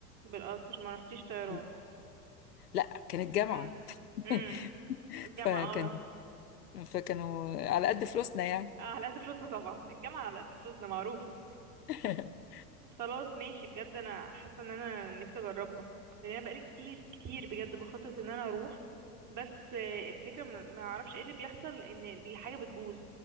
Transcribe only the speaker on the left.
مم. لا كانت جامعه
<laughs>
فكان
فكانوا على قد فلوسنا يعني
<laughs>